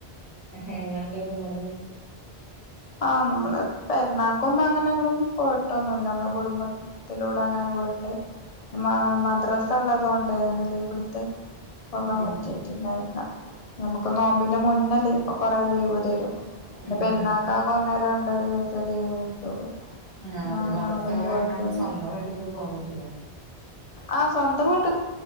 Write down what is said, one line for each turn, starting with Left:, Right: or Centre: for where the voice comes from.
Right: എഹെങ്ങനണ്ടായിരുന്നു ഇങ്ങളത്?
Left: ആഹ് നമ്മള് പെരുന്നാക്കൊന്നും അങ്ങനെങ്ങടും പോയിട്ടൊന്നുല്ല നമ്മളെ കുടുംബത്തിലൂടെ അങ്ങനെ പോയിട്ട്, മ മദ്രസ ഉള്ളതോണ്ട് അങ്ങനെ ലീവ്ട്ത്ത് പോകാൻ
Right: ആ
Left: പറ്റീറ്റ്ണ്ടായിര്ന്ന്ല.
Right: ഉം
Left: നമുക്ക് നോമ്പിന്റെ മുന്നല് പ്പ കൊറെ ലീവ് തരും. പിന്നെ
Right: ഉം
Left: പെരുന്നാക്കാകെ
Right: ഉം
Left: ഒന്നേ രണ്ട് ദിവസേ ലീവ് കിട്ടുള്ളൂ.
Right: ആഹ് പിന്നെ
Left: അങ്ങനെ
Right: മദ്രസള്ള
Left: എങ്ങടും പോയിട്ടൊന്നും
Right: കാരണം സ്വന്തം വീട്ടിക്ക് പോവാൻ പറ്റൂല.
Left: ആഹ് സ്വന്തം വീട്ട്ക്